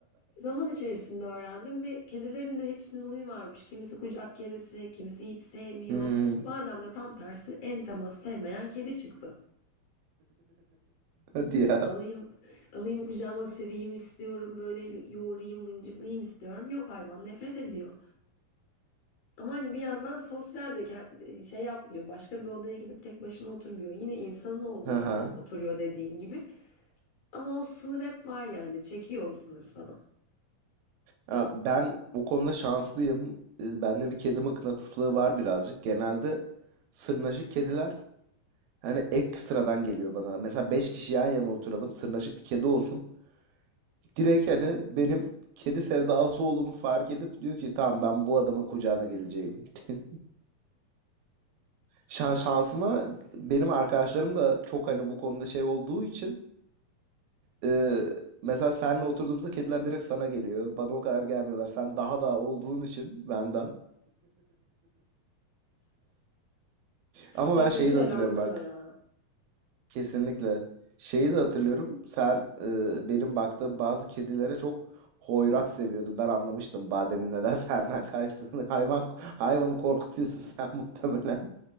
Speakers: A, on the left; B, on the right.
A: Zaman içerisinde öğrendim ve kedilerin de hepsinin huyu varmış. Kimisi kucak kedisi, kimisi hiç sevmiyor.
B: Hı hı.
A: Badem de tam tersi en temas sevmeyen kedi çıktı.
B: <laughs> Hadi ya.
A: Alayım, alayım kucağıma seveyim istiyorum böyle yo- yoğurayım mıncıklayayım istiyorum. Yok hayvan nefret ediyor. Ama hani bir yandan sosyal de ke- şey yapmıyor. Başka bir odaya gidip tek başına oturmuyor. Yine insanın olduğu
B: Aha.
A: yerde oturuyor dediğin gibi. Ama o sınır hep var yani. Çekiyor o sınırı sana.
B: Ha, Ben bu konuda şanslıyım. E, Bende bir kedi mıknatıslığı var birazcık. Genelde sırnaşık kediler hani ekstradan geliyor bana. Mesela 5 kişi yan yana oturalım. Sırnaşık bir kedi olsun. Direkt hani benim kedi sevdalısı olduğumu fark edip diyor ki tamam ben bu adamın kucağına geleceğim. <laughs> Şan şansıma benim arkadaşlarım da çok hani bu konuda şey olduğu için e, mesela seninle oturduğumuzda kediler direkt sana geliyor. Bana o kadar gelmiyorlar. Sen daha da olduğun için benden. Ama
A: Ya
B: ben
A: kediler
B: şeyi de hatırlıyorum
A: anlıyor
B: bak.
A: ya.
B: Kesinlikle. Şeyi de hatırlıyorum. Sen e, benim baktığım bazı kedilere çok hoyrat seviyordun. Ben anlamıştım bademin neden senden kaçtığını. <laughs> Hayvan hayvanı korkutuyorsun sen <laughs> muhtemelen.